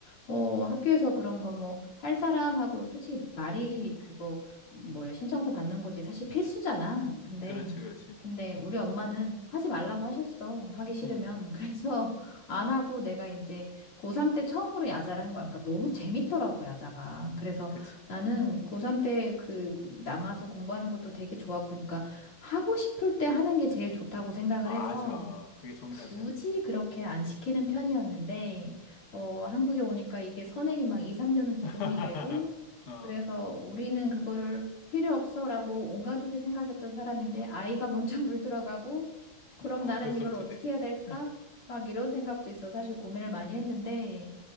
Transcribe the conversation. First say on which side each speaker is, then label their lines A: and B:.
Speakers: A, on the left (about 85°); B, on the left (about 40°).
A: 어 학교에서 그런 거 뭐 할 사람하고 솔직히 말이 그거 뭐래 신청서 받는 거지. 사실 필수잖아. 근데
B: 그렇지, 그렇지.
A: 근데 우리 엄마는 하지 말라고 하셨어. 하기 싫으면.
B: 음,
A: <laughs> 그래서 안 하고 내가 이제 고3 때 처음으로 야자를 한 거야. 그러니까 너무 재밌더라고, 야자가. 그래서
B: 그렇지.
A: 나는 고3 때 그 남아서 공부하는 것도 되게 좋았고, 그러니까 하고 싶을 때 하는 게 제일 좋다고 생각을
B: 맞아.
A: 해서
B: 그게 정답이야.
A: 굳이 그렇게 안 시키는 편이었는데, 어, 한국에 오니까 이게 선행이 막 2, 3년은 기본이
B: <laughs>
A: 되고,
B: 어,
A: 그래서 우리는 그거를 필요 없어라고 온 가족이 생각했던 사람인데, 아이가 먼저 <laughs> 물들어가고, 그럼
B: 어,
A: 나는
B: 어쩔 수
A: 이걸
B: 없지,
A: 어떻게
B: 돼.
A: 해야 될까?
B: <laughs>
A: 막 이런 생각도 있어. 사실 고민을 많이 했는데,